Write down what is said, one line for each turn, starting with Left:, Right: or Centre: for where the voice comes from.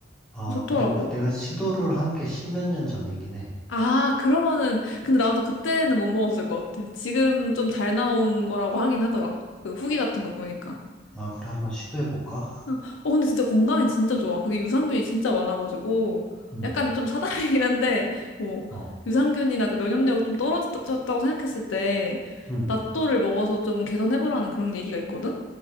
Centre: 아
Left: 좋더라고.
Centre: 근데 내가 시도를 한 게 십몇 년 전이긴 해.
Left: 아, 그러면은 근데 나도 그때는 못 먹었을 것 같아. 지금 좀 잘 나온 거라고 하긴 하더라. 그 후기 같은 거 보니까.
Centre: 아 그래 한번 시도해볼까?
Left: 응. 어, 근데 진짜 건강에 진짜 좋아. 그게 유산균이 진짜 많아가지고,
Centre: 음,
Left: 약간 좀 사담이긴 한데, 뭐,
Centre: 어,
Left: 유산균이나 그 면역력 좀 떨어졌다고 생각했을 때,
Centre: 음.
Left: 낫또를 먹어서 좀 개선해보라는 그런 얘기가 있거든?